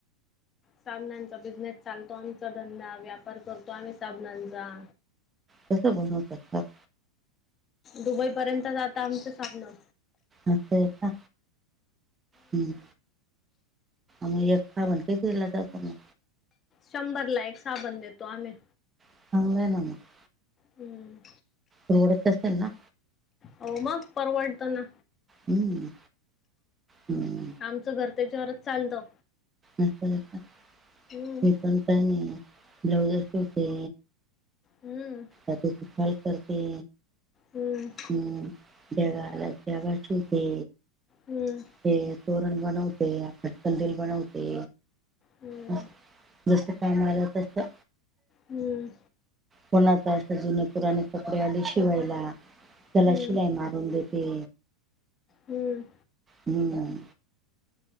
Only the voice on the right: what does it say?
कस बनवतात साबण?
असय का. हम्म म्ह एक साबण कितीला जातो मग?
<unintelligible>
परवडत असल ना.
हम्म हम्म.
अस अस
मी पण काही नाही ब्लाउज शिवते.
आता तु काय करते.
हमम बॅगा आल्यात बॅगा शिवते.
ते तोरण बनवते आकाशकंदील बनवते.
ते जस काम आलं तस
कोणाचा असं जुने पुराने कपडे आले शिवायला त्याला
शिलाई मारून देते.
हमम.